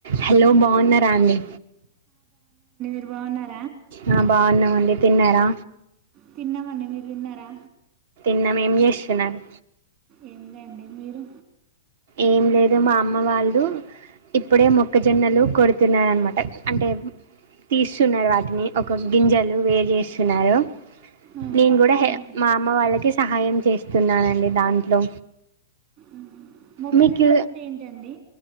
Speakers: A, on the right; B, on the right.
A: Hello బాగున్నారా అండి
B: బాగున్నార్
A: హా బాగున్నాం అండి తిన్నరా
B: తిన్నామండి మీరు తిన్నారా
A: నిన్న ఏం చేస్తున్నారు
B: ఏమి లేండి మీరు
A: ఏం లేదు మా అమ్మ వాళ్ళు ఇప్పుడే మొక్కజొన్నలు కొడుతున్నారు అనమాట అంటే తీస్తున్నారు వాటిని ఒక గింజలు వేరు చేేస్తున్నారు
B: ఆహా,
A: నేను కూడా
B: అవునా
A: మా అమ్మ వాళ్ళకి సహాయం చేస్తున్నానండి దాంట్లో
B: ఆహా. మొక్కజొన్నలు
A: మీకీ
B: అంటే ఏంటండి